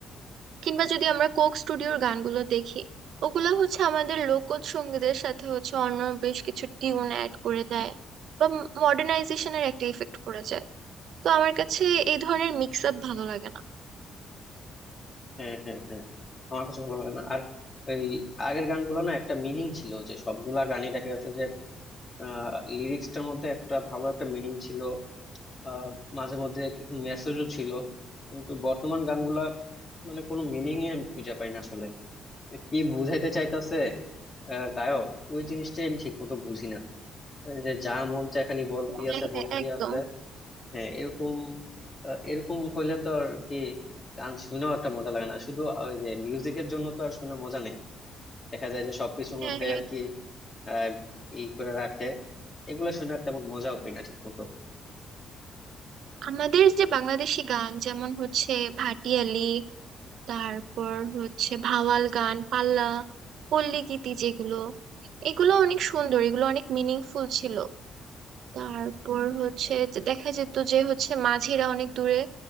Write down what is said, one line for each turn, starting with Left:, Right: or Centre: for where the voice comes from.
Right: কিংবা যদি আমরা কোক স্টুডিওর গানগুলো দেখি ওগুলো হচ্ছে আমাদের লোকজ সঙ্গীতের সাথে হচ্ছে অন্য বেশ কিছু টিউন অ্যাড করে দেয় বা মডার্নাইজেশনের একটা ইফেক্ট পড়ে যায় তো আমার কাছে এই ধরনের মিক্স আপ ভালো লাগে না
Left: হ্যাঁ হ্যাঁ হ্যাঁ আমার কাছে ভালো লাগে না আর এই আগের গানগুলো না একটা মিনিং ছিল যে সবগুলা গানই দেখা গেছে যে আহ লিরিক্সটার মধ্যে একটা ভালো একটা মিনিং ছিল আহ মাঝে মধ্যে কিছু মেসেজও ছিল কিন্তু বর্তমান গানগুলা মানে কোনো মিনিংই আমি খুঁজে পাই না আসলে কি বুঝাইতে চাইতেছে গায়ক ওই জিনিসটাই আমি ঠিক মতো বুঝি না এই যে যা মন চায় খালি বলতি
Right: হ্যাঁ
Left: আছে
Right: হ্যাঁ
Left: বলতি
Right: একদম
Left: আছে হ্যাঁ এরকম আহ, এরকম হইলে তো আর কি গান শুনেও একটা মজা লাগে না শুধু ওই যে মিউজিকের জন্য তো আর শুনে মজা নেই দেখা যায় যে সবকিছুর
Right: হ্যাঁ
Left: মধ্যে
Right: হ্যাঁ
Left: আর কি আহ ই করে রাখে এগুলো শুনে আর তেমন মজাও পাই না ঠিক মতো
Right: আমাদের যে বাংলাদেশি গান যেমন হচ্ছে ভাটিয়ালি তারপর হচ্ছে ভাওয়াল গান পাল্লা পল্লী গীতি যেগুলো এগুলো অনেক সুন্দর এগুলো অনেক মিনিংফুল ছিল তারপর হচ্ছে যে দেখা যেত যে হচ্ছে মাঝিরা অনেক দূরে